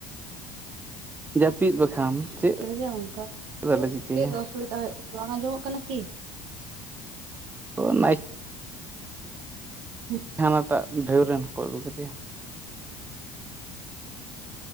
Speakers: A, on the right (about 20°); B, on the right (about 70°).
A: ᱡᱟᱹᱯᱤᱫ ᱵᱟᱠᱷᱟᱱ ᱪᱮᱫ
B: ᱴᱷᱤᱠᱟᱹ ᱨᱮᱜᱮ ᱚᱱᱠᱟ
A: ᱫᱚᱞᱮ ᱪᱤᱠᱟᱹᱭᱟ
B: ᱪᱮᱫ ᱚᱥᱩᱵᱤᱫᱟ ᱦᱩᱭᱩᱜ ᱵᱟᱝ ᱟᱡᱚᱢᱚᱜ ᱠᱟᱱᱟ ᱠᱤ
A: ᱚ ᱱᱟᱭ
B: ᱦᱩᱸ
A: ᱦᱟᱱᱟᱴᱟᱜ ᱰᱷᱟᱹᱣ ᱨᱮᱱ ᱠᱚ ᱟᱹᱜᱩ ᱠᱮᱫᱮᱭᱟ